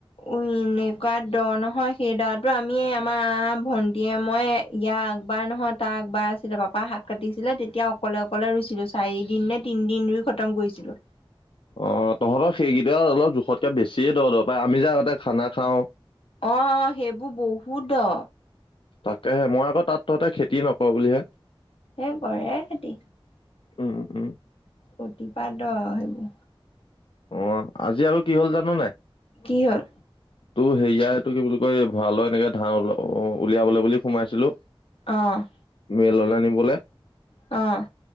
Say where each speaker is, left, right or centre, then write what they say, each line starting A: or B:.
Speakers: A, on the left (about 80°); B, on the left (about 65°).
A: উম এনেকুৱা দ নহয় সেই দৰাটো আমি আমাৰ ভন্টীয়ে মই ইয়াক আগবাৰ নহয় তাৰ আগবাৰ ছিলে পাপা হাত কাটিছিলে তেতিয়া অকলে অকলে ৰুইছিলো চাৰি দিন নে তিনদিন ৰুই খতম কৰিছিলো।
B: অ তহঁতৰ সেইকেইটা অলপ জোখতকে বেছিয়ে দৰ দব পাই আমি যে আগতে খানা খাওঁ।
A: অ অ সেইবোৰ বহুত দ।
B: তাকেহে মই আকৌ তাত তহঁতে খেতি নকওঁ বুলিহে।
A: এই কৰে় এ খেতি
B: উম উম।
A: অতিপাত সেইবোৰ।
B: অ, আজি আৰু কি হল জানো নাই।
A: কি হ'ল।
B: তো সেৰিয়াই টো কি বুলি কয় এই ভঁৰালৈ এনেকে ধান উলিয়াবলৈ বুলি সোমাইছিলো।
A: অ',
B: মেললে নিবলে।
A: অ',